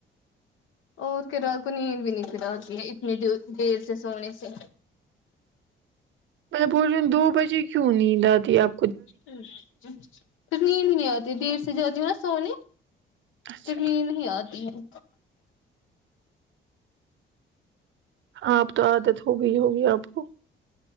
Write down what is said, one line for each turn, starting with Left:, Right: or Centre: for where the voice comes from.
Left: اور کیا رات کو نیند بھی نہیں پھر اتی ہے اتنی دیر دیر سے سونے سے
Right: میں بولرین دو بجے کیوں نیند آتی اب
Left: پھر نیند ہی نہیں آتی دیر سے جاتی ہوں نا سونے
Right: اچھا
Left: پھر
Right: ٹھیک،
Left: نیند نہیں آتی ہے
Right: اب تو عادت ہوگئی ہوگی آپ کو